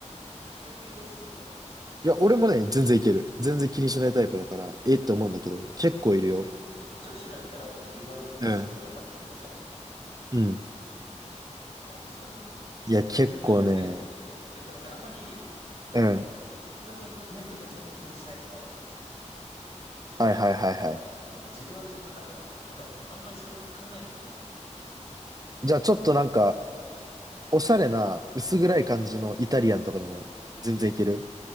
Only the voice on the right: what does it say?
いや、俺もね、全然いける。全然気にしないタイプだから、
えって思うんだけど、
結構いるよ。
うん。うん。
いや、結構ね、
うん。
はいはいはいはい。
じゃあ、ちょっとなんか、おしゃれな、薄暗い感じのイタリアンとかでも、
全然いける